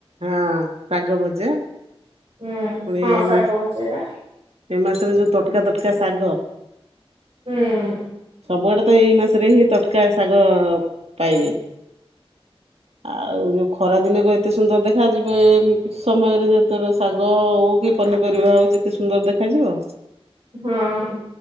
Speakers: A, on the right (about 80°); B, on the right (about 60°).
A: ହଁ ଶାଗ ଭଜା।
B: ହୁଁ
A: ପୁଣି
B: ହଁ
A: ଏମାସ୍
B: ଶାଗ ଭଜାଟା
A: ଏମାସରେ ଯୋଉ ତଟକା
B: ହୁଁ
A: ତଟକା ଶାଗ।
B: ହୁଁ।
A: ସବୁଆଡ଼େତ ଏଇ ମାସରେହିଁ ତଟକା ଶାଗ ପାଇବେ। ଆଉ ଯୋଉ ଖରା ଦିନକୁ ଏତେ ସୁନ୍ଦର ଦେଖ ଯିବ ଏମି ସମୟରେ ଯେତେବେଳେ ଶାଗ ହଉକି ପନିପରିବା ହଉ ଯେତେ ସୁନ୍ଦର ଦେଖାଯିବ?
B: ହଁ।